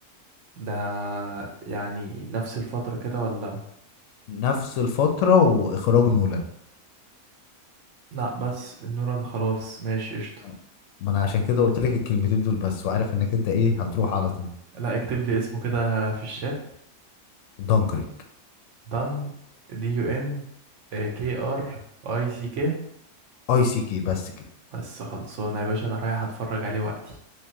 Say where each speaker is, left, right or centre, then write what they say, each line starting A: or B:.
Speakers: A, on the right; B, on the left.
A: ده يعني نفس الفترة كده ولا
B: نفس الفترة واخراج نولان
A: لا بس نوران خلاص ماشي قشطة
B: أنا- ما انا عشان كده قلت لك الكلمتين دول بس وعارف انك انت ايه هتروح على طول
A: لا اكتب لي اسمه كده في الشات
B: دانكريك
A: دان دي يو ان كي ار اي سي كي
B: اي سي كي بس كده
A: بس خلصانه يا باشا انا رايح اتفرج عليه وقتي